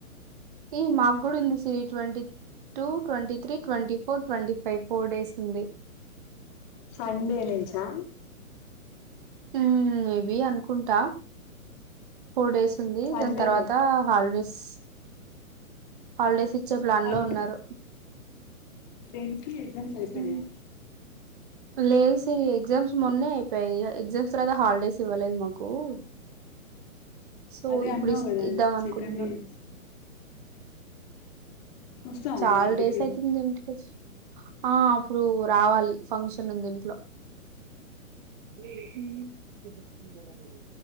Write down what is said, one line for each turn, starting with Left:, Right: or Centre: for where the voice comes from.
Right: ఏ మాకు కూడా ఉంది twenty three two twenty three twenty four twenty five four days ఉంది
Left: సండే నుంచా
Right: హ్మ్ మేబి అనుకుంటా ఫోర్ డేస్ ఉంది
Left: సండేనే
Right: దాని తర్వాత హాలిడేస్ హాలిడేస్ ఇచ్చి వచ్చే ప్లాన్
Left: హాలిడేసా
Right: లో ఉన్నారు
Left: దేనికి ఎగ్జామ్స్ అయిపోయినాయా
Right: హ్మ్. లేదు సిరి ఎగ్జామ్స్ మొన్నే అయిపోయాయి ఎగ్జామ్స్ తర్వాత హాలిడేస్ ఇవ్వలేదు మాకు కు సో
Left: అదే
Right: ఇప్పుడు
Left: అన్నావు కదా
Right: ఇద్దాం అనుకుంటున్నారూ
Left: సెకండ్ ఇయర్ వస్తావా
Right: చాలా
Left: మరి ఇంటికి
Right: డేస్ అయితుంది ఏంటి ఆ అప్పుడు రావాలి ఫంక్షన్ ఉంది ఇంట్లో హ్మ్.